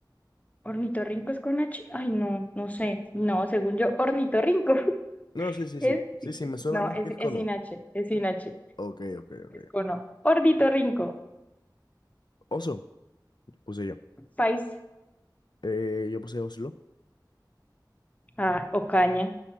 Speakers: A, on the left (about 20°); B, on the left (about 65°).
A: Ornitorrinco es con H. Ay, no, no sé. No, según yo, ornitorrinco. <laughs>
B: No, sí, sí,
A: Es,
B: sí. Sí, sí, me suena
A: no,
B: más
A: es,
B: que es con
A: es sin
B: O.
A: H, es sin H.
B: Ok, ok, ok.
A: Es con O. Ornitorrinco.
B: Oso, puse yo.
A: País.
B: Eh, yo puse Oslo.
A: Ah, o caña.